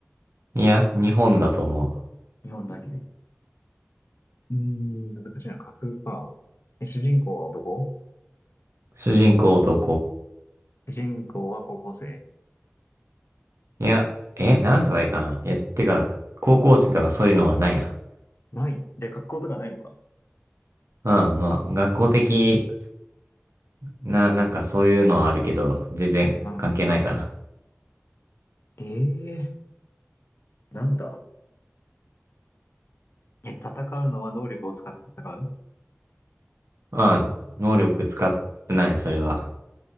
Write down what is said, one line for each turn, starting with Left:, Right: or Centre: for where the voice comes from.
Right: いや、日本だと思う。
Left: 日本だけね。うーん、難しいな。架空か。え、主人公は男
Right: 主人公男。
Left: 主人公は高校生
Right: いや、え、何歳かないや、てか、高校生とかそういうのはないな。
Left: ない。じゃあ、格好とかないのか。
Right: うん、まあ、学校的な、なんかそういうのはあるけど、全然関係ないかな。
Left: うん。ええー、なんだ。え、戦うのは能力を使って戦う
Right: うん、能力使ってない、それは。